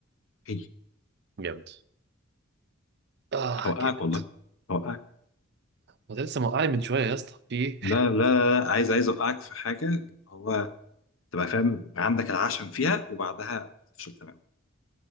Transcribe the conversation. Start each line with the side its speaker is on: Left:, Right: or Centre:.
Left: هي
Right: جامد اه
Left: اوقعك
Right: جامد
Left: والله اوقعك
Right: ما ده لسه موقعني من شويه يا اسطى في ايه
Left: لا لا لا عايز عايز اوقعك في حاجه هو تبقى فاهم يبقى عندك العشم فيها وبعدها تفشل تماما